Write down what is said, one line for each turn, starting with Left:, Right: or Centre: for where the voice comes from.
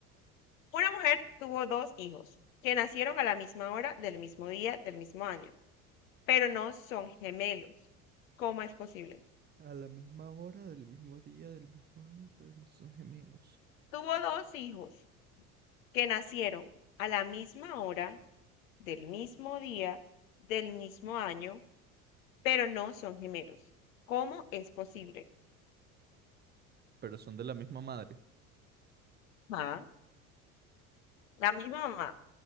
Left: Una mujer tuvo dos hijos que nacieron a la misma hora, del mismo día, del mismo año, pero no son gemelos. ¿Cómo es posible?
Right: A la misma hora, del mismo día, del mismo año, pero no son gemelos.
Left: Tuvo dos hijos que nacieron a la misma hora, del mismo día, del mismo año, pero no son gemelos. ¿Cómo es posible?
Right: Pero son de la misma madre.
Left: Ma, la misma mamá